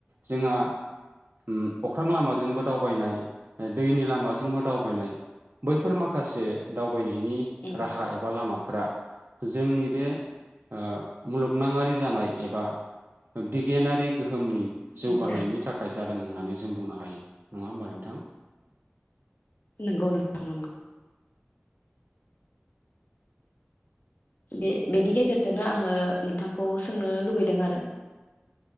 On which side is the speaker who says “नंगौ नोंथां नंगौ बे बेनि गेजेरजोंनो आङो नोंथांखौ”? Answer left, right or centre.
Left